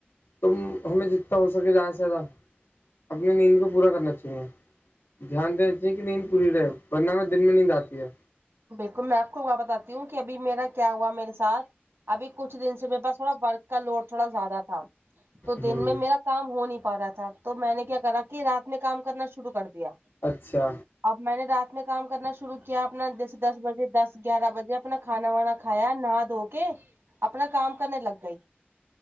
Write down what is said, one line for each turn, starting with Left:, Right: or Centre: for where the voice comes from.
Left: تم ہمیں جتنا ہو سکے زیادہ سے زیادہ اپنی نیند کو پورا کرنا چاہیے دھیان دینتییے کہ نیند پوری رہے ورنہ میں دن میں نیند آتی ہے
Right: بالکل میں آپ کو وہ بتاتی ہوں کہ ابھی میرا کیا ہوا میرے ساتھ ابھی کچھ دن سے میرے پاس تھوڑا ورک کا لوڈ تھوڑا زیادہ تھا تو دن
Left: ہوں
Right: میں میرا کام ہو نہیں پا رہا تھا تو میں نے کیا کرا کہ رات میں کام کرنا شروع کر دیا
Left: اچھا
Right: اب میں نے رات میں کام کرنا شروع کیا اپنا دس دس بجے دس گیارہ بجے اپنا کھانا وانا کھایا نہ دھو کے اپنا کام کرنے لگ گئی